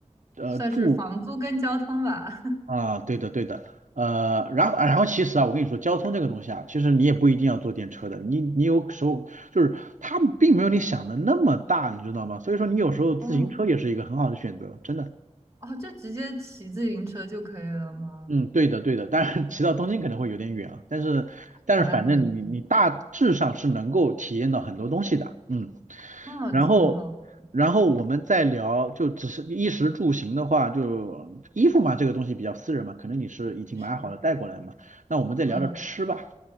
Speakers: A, on the right; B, on the right.
A: 呃，
B: 算是房租跟交通吧。
A: 住
B: <laughs>
A: 啊，对的对的，呃，然后然后其实啊，我跟你说，交通这个东西啊，其实你也不一定要坐电车的，你你有时候就是它并没有你想的那么大，你知道吗？所以说你有时候自行车也是一个很好的选择，
B: 哦，
A: 真的。
B: 哦，就直接骑自行车就可以了吗？
A: 嗯，对的，对的，当然骑到东京可能会有点远啊，但是但是反正你你大致上是能够体验到很多东西的，
B: 原来如此，
A: 嗯，
B: 哦，
A: 然后然后我们再聊，
B: 挺好的
A: 就只是衣食住行的话，就衣服嘛，这个东西比较私人嘛，可能你是已经买好了带过来嘛，
B: 是，
A: 那我们再聊聊吃吧，
B: 嗯，